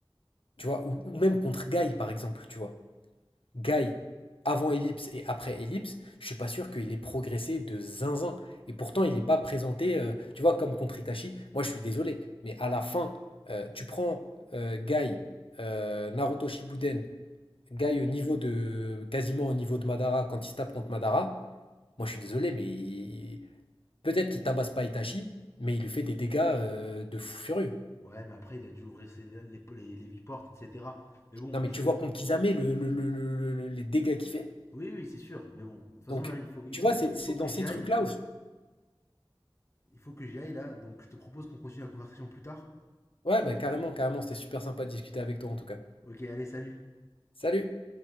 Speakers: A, on the left; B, on the left.
A: Tu vois, ou, ou même contre Guy, par exemple, tu vois. Guy, avant Ellipse et après Ellipse, je suis pas sûr qu'il ait progressé de zinzin. Et pourtant, il n'est pas présenté, euh, tu vois, comme contre Itachi. Moi, je suis désolé, mais à la fin, euh, tu prends euh, Guy, euh, Naruto Shippuden, Guy au niveau de, quasiment au niveau de Madara, quand il se tape contre Madara. Moi, je suis désolé, mais il- peut-être qu'il tabasse pas Itachi, mais il lui fait des dégâts euh, de fou furieux.
B: Ouais, mais après, il a dû ouvrir ses- les, les, les huit portes, etc. Mais bon,
A: Non, mais
B: je.
A: tu vois contre Kisame le- le- le- le- le- les dégâts qu'il fait.
B: Oui, oui, c'est sûr. Mais bon, de toute façon,
A: Donc,
B: là, il faut. Écoute,
A: tu vois,
B: il
A: c'est
B: faut, il
A: c'est
B: faut
A: dans
B: que j'y
A: ces
B: aille.
A: trucs-là où je
B: Il faut que j'y aille, là. Donc, je te propose qu'on continue la conversation plus tard.
A: Ouais, bah carrément, carrément, c'était super sympa de discuter avec toi en tout cas.
B: Ok, allez, salut.
A: Salut!